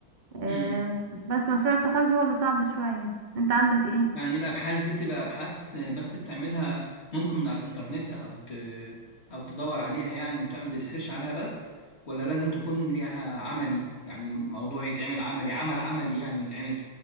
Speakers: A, on the right; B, on the left.
A: آه،
B: امم
A: بس مشروع التخرج هو اللي صعب شوية انت عندك ايه
B: يعني الابحاث دي بتبقى ابحاث بس بتعملها ممكن من على الانترنت او ت... او تدور عليها يعني وتعمل ريسيرش عليها بس ولا لازم تكون ليها عملي يعني موضوع يتعمل عملي عمل عملي يعني يتعمل